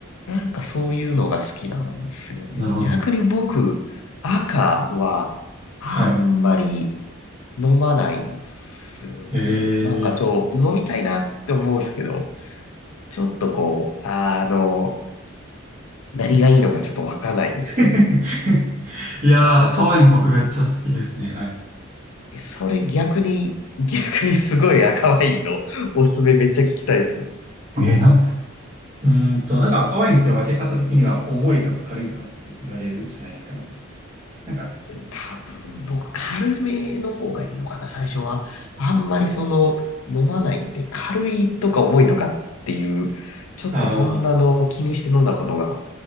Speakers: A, on the left (about 80°); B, on the right (about 35°).
A: なんかそういうのが好きなんですよね。
B: なるほど。
A: 逆に僕、赤はあんまり
B: はい。
A: 飲まないんですよね。
B: へえ。
A: なんかちょ、飲みたいなって思うんですけど、ちょっとこう、あの、何がいいのかちょっとわかんないんですよ。
B: <laughs> いやー、
A: なので、
B: 赤ワイン僕めっちゃ好きですね。
A: ちょっ
B: はい。
A: と、それ逆に、逆にすごい赤ワインのおすすめめっちゃ聞きたいです。
B: えー、な、うーんと、なんか赤ワインって分け方的には重いとか軽いとかって言われるじゃないですか。なんか、
A: 多分僕軽めの方がいいのかな、最初は。あんまりその飲まないんで、軽いとか重いとかっていう、ちょっとそんなのを気にして飲んだことが
B: あー、